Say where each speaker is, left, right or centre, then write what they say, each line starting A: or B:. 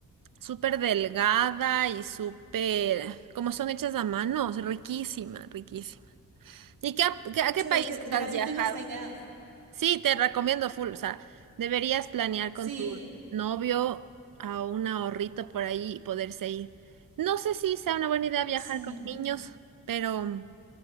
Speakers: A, on the right; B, on the right.
A: súper delgada y súper, como son hechas a mano, riquísima, riquísima. ¿Y qué, a qué a
B: qué chévere,
A: qué países
B: es que verás,
A: has viajado?
B: yo tengo esta idea.
A: Sí, te recomiendo full, o sea, deberías planear
B: Sí,
A: con tu novio a un ahorrito por ahí y poderse ir. No sé si sea una buena idea viajar
B: sí,
A: con niños, pero,